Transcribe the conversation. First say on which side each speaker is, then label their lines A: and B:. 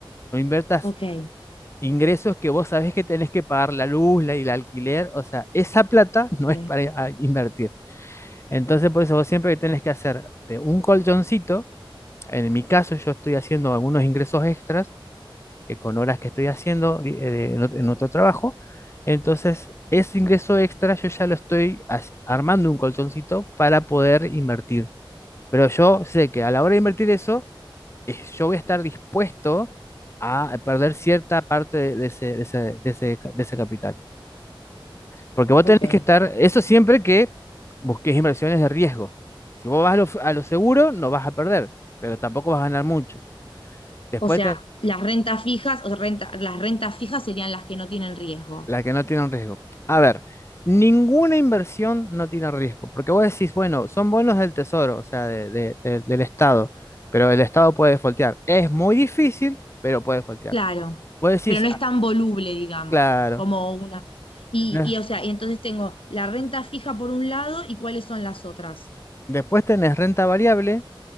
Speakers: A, on the left (about 30°); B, on the left (about 80°).
A: No inviertas
B: ok,
A: ingresos que vos sabés que tenés que pagar la luz, la, y el alquiler. O sea, esa plata
B: ok.
A: no es para ah, invertir. Entonces, por eso vos siempre que tenés que hacerte un colchoncito. En mi caso, yo estoy haciendo algunos ingresos extras eh, con horas que estoy haciendo di- eh, en, ot- en otro trabajo. Entonces, ese ingreso extra yo ya lo estoy as- armando un colchoncito para poder invertir. Pero yo sé que a la hora de invertir eso, eh, yo voy a estar dispuesto a perder cierta parte de, de ese, de ese, de ese ca- de ese capital. Porque vos
B: ok.
A: tenés que estar, eso siempre que busques inversiones de riesgo. Si vos vas a lo, f- a lo seguro, no vas a perder, pero tampoco vas a ganar mucho. Después
B: O sea,
A: te-
B: las rentas fijas, o sea, renta- las rentas fijas serían las que no tienen riesgo.
A: La que no tiene un riesgo. A ver, ninguna inversión no tiene riesgo, porque vos decís, bueno, son bonos del tesoro, o sea, de- de- de- del Estado, pero el Estado puede foltear. Es muy difícil, pero puede foltear.
B: Claro,
A: Vos decís,
B: pero no es
A: "Ah,
B: tan voluble, digamos,
A: claro.
B: como una. Y,
A: no".
B: y o sea, y entonces tengo la renta fija por un lado y cuáles son las otras.
A: Después tenés renta variable,